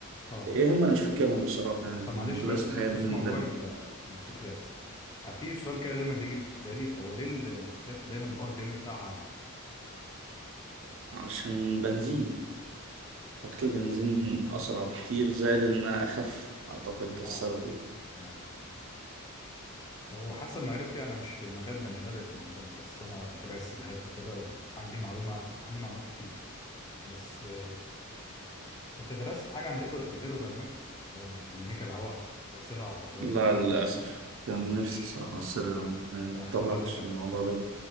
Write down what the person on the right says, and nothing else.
ايه هم انا مش فاكرهم بصراحة يعني
كنت
دارس الحاجات
دي من
بدري
عشان بنزين حطيت البنزين أسرع بكتير زائد إنها أخف أعتقد ده السبب
يعني.
لا
للأسف كان
نفسي الصراحة بس ما
اتطرقتش
للموضوع ده